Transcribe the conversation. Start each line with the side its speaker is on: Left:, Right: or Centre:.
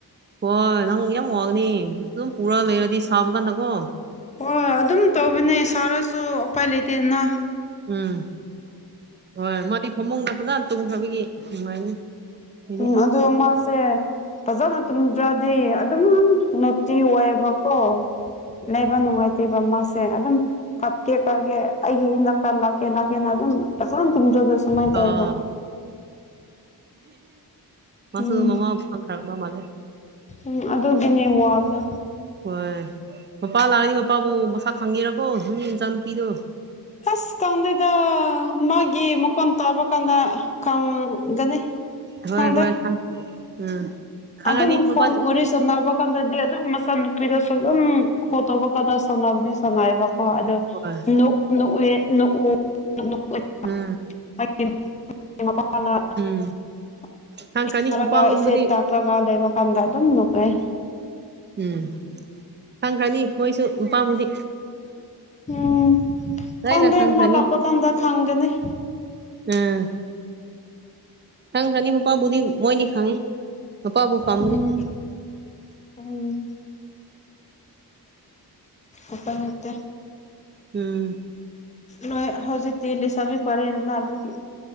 Right: ꯍꯣꯏ ꯅꯪ ꯌꯥꯝ ꯋꯥꯡꯒꯅꯤ ꯑꯗꯨꯝ ꯄꯨꯔ ꯂꯩꯔꯗꯤ ꯁꯥꯕ ꯀꯥꯟꯗꯀꯣ
Left: ꯍꯣꯢ ꯑꯗꯨꯝ ꯇꯧꯕꯅꯦ ꯁꯥꯔꯁꯨ ꯎꯄꯥꯏ ꯂꯩꯇꯦꯗꯅ
Right: ꯎꯝ ꯍꯣꯏ ꯃꯗꯤ ꯐꯃꯨꯡꯗ ꯐꯖꯅ ꯇꯨꯝꯈ꯭ꯔꯕꯒꯤ ꯅꯨꯡꯉꯥꯏꯅꯤ ꯑꯩꯗꯤ
Left: ꯎꯝ ꯑꯗꯨꯗ ꯃꯥꯁꯦ ꯐꯖꯅ ꯇꯨꯝꯗ꯭ꯔꯗꯤ ꯑꯗꯨꯝ ꯅꯨꯡꯇꯤ ꯑꯣꯏꯌꯦꯕꯀꯣ ꯂꯩꯕ ꯅꯨꯡꯉꯥꯏꯇꯦꯕ ꯃꯥꯁꯦ ꯑꯗꯨꯝ ꯀꯞꯇꯦ ꯀꯒꯦ ꯑꯩꯒꯤ ꯏꯅꯥꯛꯇ ꯂꯥꯛꯀꯦ ꯂꯥꯛꯀꯦꯅ ꯑꯗꯨꯝ ꯐꯖꯥꯅ ꯇꯨꯝꯗꯔꯒ ꯁꯨꯃꯥꯏ ꯇꯧꯋꯦꯕ
Right: ꯑꯥ ꯃꯥꯁꯨ
Left: ꯎꯝ
Right: ꯃꯃꯥꯎ ꯐꯪ ꯈꯔꯕ ꯃꯥꯜꯂꯦ
Left: ꯎꯝ ꯑꯗꯨꯒꯤꯅꯦ ꯋꯥꯕꯗꯣ
Right: ꯍꯣꯏ ꯃꯄꯥ ꯂꯥꯛꯑꯗꯤ ꯃꯄꯥꯕꯨ ꯃꯁꯥꯛ ꯈꯪꯒꯦꯔꯀꯣ ꯅꯪꯒꯤ ꯅꯆꯥ ꯅꯨꯄꯤꯗꯣ
Left: ꯑꯁ ꯈꯗꯦꯗ ꯃꯥꯒꯤ ꯃꯀꯣꯟ ꯇꯥꯕ ꯀꯥꯟꯗ ꯈꯪꯒꯅꯤ
Right: ꯍꯣꯏ
Left: ꯈꯪꯗꯦ
Right: ꯍꯣꯏ <unintelligible> ꯈꯪꯉꯅꯤ
Left: ꯑꯗꯨꯝ
Right: ꯃꯄꯥ
Left: ꯐꯣꯟ ꯋꯥꯔꯤ ꯁꯟꯅꯕ ꯀꯥꯟꯗꯗꯤ ꯑꯗꯨꯝ ꯃꯆꯥ ꯅꯨꯨꯄꯤꯗꯨꯁꯨ ꯑꯗꯨꯝ ꯀꯣꯜ ꯇꯧꯕ ꯀꯥꯟꯗ ꯁꯥꯟꯅꯕꯗꯤ ꯁꯥꯟꯅꯩ ꯑꯦꯕ ꯀꯣ ꯑꯗꯣ
Right: ꯍꯣꯏ
Left: ꯅꯣꯛ ꯅꯣꯛꯂꯦ ꯅꯣꯛꯎ <unintelligible>
Right: ꯎꯝ
Left: <unintelligible>
Right: ꯎꯝ ꯈꯪꯈ꯭ꯔꯅꯤ ꯃꯄꯥꯒꯨꯝꯕꯗꯤ
Left: ꯂꯥꯛꯂꯒ ꯂꯩꯕꯀꯥꯟꯗ ꯑꯗꯨꯝ ꯅꯣꯛꯑꯦ
Right: ꯎꯝ ꯈꯪꯈ꯭ꯔꯅꯤ ꯃꯣꯏꯁꯨ ꯃꯄꯥꯕꯨꯗꯤ
Left: ꯎꯝ
Right: ꯂꯣꯏꯅ
Left: ꯈꯪꯗꯦ
Right: ꯈꯪꯈ꯭ꯔꯅꯤ
Left: ꯃꯂꯥꯞꯄꯥ ꯀꯪꯗ ꯈꯪꯒꯅꯤ
Right: ꯎꯝ ꯈꯪ ꯆꯅꯤ ꯃꯄꯥꯕꯨꯗꯤ ꯃꯣꯏꯗꯤ ꯈꯪꯉꯤ ꯃꯄꯥꯕꯨ ꯄꯥꯝꯕꯅꯤ
Left: ꯎꯝ ꯎꯝ ꯑꯄꯥꯟ ꯅꯠꯇꯦ
Right: ꯎꯝ
Left: ꯅꯣꯏ ꯍꯧꯖꯤꯛꯇꯤ ꯂꯤꯁꯥꯕꯤ ꯐꯥꯔꯦꯗꯅ ꯑꯗꯨꯒꯤ